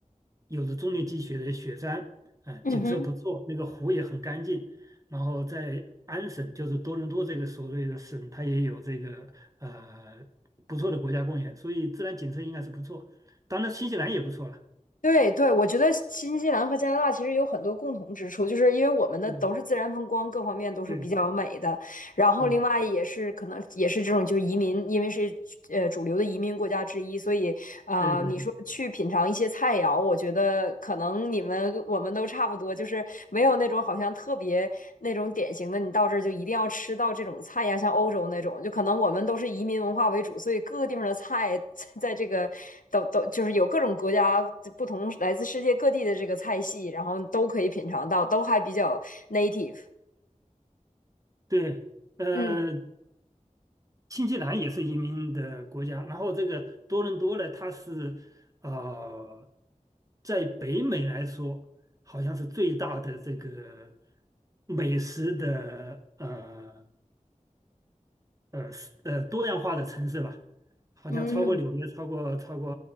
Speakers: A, on the right; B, on the left.
A: 有着终年积雪的雪山，呃，景色不错，
B: 嗯哼，
A: 那个湖也很干净。然后在安省，就是多伦多这个所谓的省，它也有这个呃不错的国家公园，所以自然景色应该是不错。当然，新西兰也不错了。
B: 对对，我觉得新西兰和加拿大其实有很多共同之处，就是因为我们的都是自然风光，
A: 嗯，
B: 各方面都是比较美的，
A: 对
B: 然后另外也是可能也是这种就是移民，
A: 对
B: 因为是呃主流的移民国家之一，所以啊、
A: 对对对。
B: 呃你说去品尝一些菜肴，我觉得可能你们我们都差不多，就是没有那种好像特别那种典型的，你到这儿就一定要吃到这种菜呀，像欧洲那种，就可能我们都是移民文化为主，所以各个地方的菜在这个都都就是有各种国家不同来自世界各地的这个菜系，然后都可以品尝到，都还比较 native，
A: 对，呃，
B: 嗯
A: 新西兰也是移民的国家，然后这个多伦多呢，它是呃，在北美来说，好像是最大的这个美食的呃呃是呃多样化的城市吧，好像超过纽约，
B: 嗯。
A: 超过超过